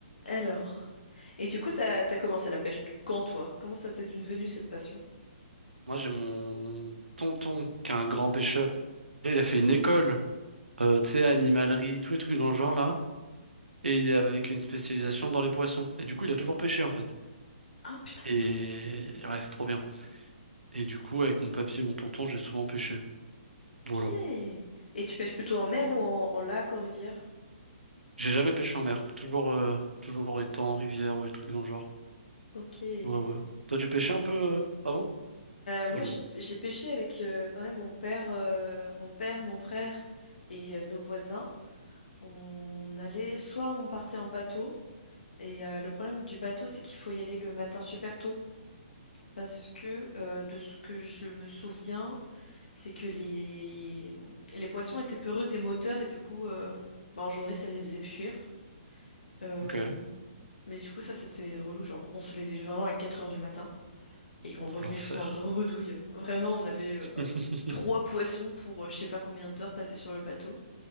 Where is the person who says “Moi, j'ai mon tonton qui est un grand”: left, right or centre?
Right